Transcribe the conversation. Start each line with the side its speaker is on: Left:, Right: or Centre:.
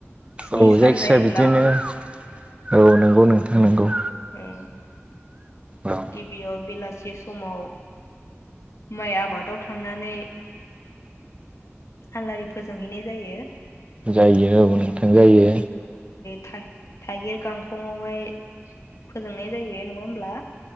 Left: स्नि
Right: औ
Left: सान
Right: जायखिया
Left: जायोब्ला
Right: बिदिनो औ नंगौ नोंथां नंगौ
Left: औ
Right: औ
Left: गिबियाव बिलासि से समाव माइ आबादाव थांनानै आलारि फोजोंहैनाय जायो।
Right: जायो औ नोंथां जायो।
Left: थाइ थाइगिर गांखंआवहाय फोजोंनाय जायो नङा होमब्ला?